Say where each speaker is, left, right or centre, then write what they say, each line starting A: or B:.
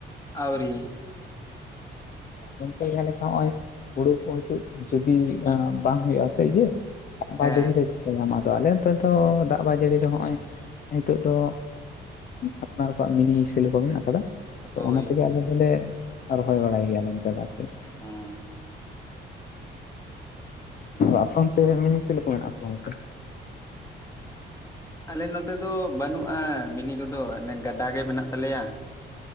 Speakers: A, on the left (about 15°); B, on the left (about 45°).
A: <unintelligible>
B: ᱟᱯᱮᱚᱱᱛᱮ ᱫᱚ ᱡᱟᱦᱟᱸ ᱞᱮᱠᱟ ᱱᱚᱜᱼᱚᱭ ᱦᱩᱲᱩ ᱠᱚ ᱡᱩᱫᱤ ᱵᱟᱝ ᱦᱩᱭᱩᱜᱼᱟ ᱥᱮ ᱤᱭᱟᱹ ᱫᱟᱜ
A: ᱦᱮᱸ
B: ᱵᱟᱭᱡᱟᱹᱲᱤ ᱨᱮ ᱫᱚ ᱪᱮᱠᱟᱭᱟᱢ ᱟᱫᱚ ᱟᱞᱮ ᱱᱚᱛᱮ ᱫᱚ ᱫᱟᱜ ᱵᱟᱭᱡᱟᱹᱲᱤ ᱨᱮ ᱦᱚ ᱱᱚᱜᱼᱚᱭ ᱱᱤᱛᱚᱜ ᱫᱚ ᱟᱯᱱᱟᱨ ᱠᱚᱣᱟᱜ ᱢᱤᱱᱤᱥᱤᱞᱚ ᱠᱚ ᱢᱮᱱᱟᱜ ᱟᱠᱟᱫᱟ ᱛᱚ
A: ᱦᱳᱭ
B: ᱚᱱᱟ ᱛᱮᱜᱮ ᱟᱞᱮ ᱫᱚᱞᱮ ᱨᱚᱦᱚᱭ ᱵᱟᱲᱟᱭ ᱜᱮᱭᱟᱞᱮ ᱱᱚᱛᱮ ᱫᱚ ᱟᱨᱠᱤ
A: ᱚᱸ
B: ᱟᱫᱚ ᱟ ᱪ ᱢ ᱥᱤ ᱠᱚᱮᱱ ᱟᱪ <unintelligible>
A: ᱟᱞᱮ ᱱᱚᱛᱮ ᱫᱚ ᱵᱟᱹᱱᱩᱜᱼᱟ ᱢᱤᱱᱤ ᱠᱚᱫᱚ ᱚᱱᱮ ᱜᱟᱰᱟ ᱜᱮ ᱢᱮᱱᱟᱜ ᱛᱟᱞᱮᱭᱟ